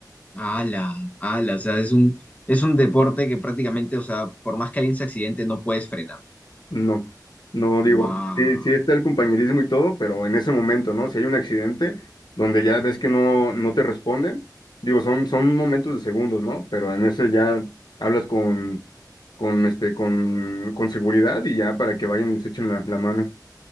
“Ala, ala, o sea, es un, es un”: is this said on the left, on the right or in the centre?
Left